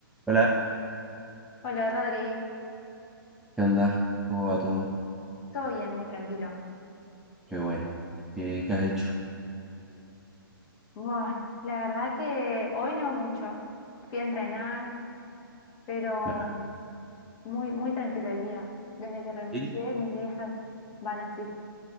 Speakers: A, in the centre; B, on the left (about 30°).
A: Hola,
B: Hola Rodri,
A: ¿qué onda? ¿Cómo va todo?
B: todo bien, muy tranquilo.
A: Qué bueno. ¿Qué, qué has hecho?
B: Buah, la verdad que hoy no mucho. Fui a entrenar, pero
A: Claro.
B: muy, muy tranquilo el día. Desde que renuncié,
A: Sí.
B: mis días <laughs> van así.